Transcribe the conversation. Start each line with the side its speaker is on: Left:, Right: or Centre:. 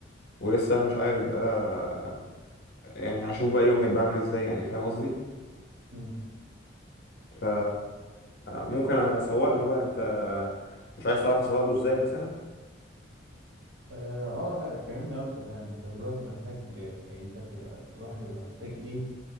Left: ولسه مش عارف بقى يعني هشوف بقى اليوم هيبقى عامل ازاي يعني فاهم قصدي
Right: أمم.
Left: ف ممكن اسوق له بقى انت مش عايز تعرف اسوق له ازاي مثلا
Right: اه آه، لا فهمني أكتر يعني أنت دلوقتي محتاج يعني أنت بتبقى الواحد بيبقى محتاج إيه